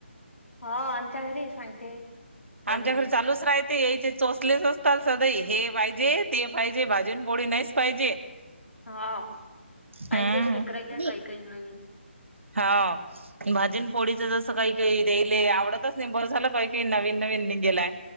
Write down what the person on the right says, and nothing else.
आमच्याकड चालूच राहायते यायचे. सोचलेच <unintelligible> असतात सदई हे पाहिजे ते पाहिजे भाजी न पोळी नाहीच पाहिजे.
हम्म
हा भाजी न पोळीच जसं सकाळी काही काही दे आवडतच नाई भर झालं काही काही नवीन नवीन नीगेलाय